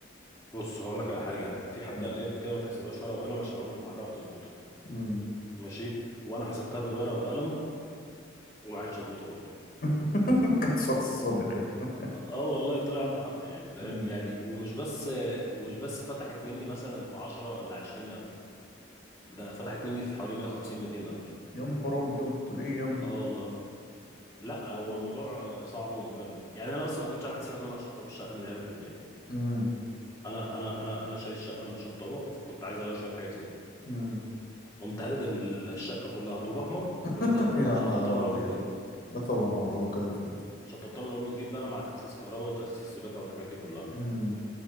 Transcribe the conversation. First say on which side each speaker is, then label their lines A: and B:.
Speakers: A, on the left; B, on the left.
A: بص هقول لك على حاجه في حد
B: مم.
A: قال لي قبل كده ما تحسبهاش ورقه وقلم عشان عمرك ما هتعرف تظبطها
B: مم.
A: ماشي وانا حسبتها بالورقه والقلم وما عرفتش اظبطها برضه
B: <laughs> كنت شخص صادق يعني
A: اه والله طلع عنده حق يعني فاهم
B: مم.
A: يعني ومش بس ومش بس فتحت مني مثلا في 10 ولا 20 الف ده فتحت مني في حوالي 150 200 الف
B: يا نهار ابيض ليه يا ابني
A: اه والله لا هو الموضوع آه، صعب ومكلف يعني انا اصلا ما كنتش عامل حسابي ان انا هشطب الشقه من الالف للياء
B: مم.
A: انا انا انا انا شاري الشقه متشطبه فكنت عايز اغير شويه حاجات فيها
B: مم.
A: قمت هدد ال- الشقه كلها طوب احمر
B: <laughs>
A: وبنيتها
B: يا
A: شطبتها
B: نهار
A: من اول
B: ابيض
A: وجديد
B: لا طبعا الموضوع مكلف جدا
A: شطبتها من اول وجديد بقى مع تاسيس كهرباء وتاسيس سباكه والحاجات دي كلها
B: امم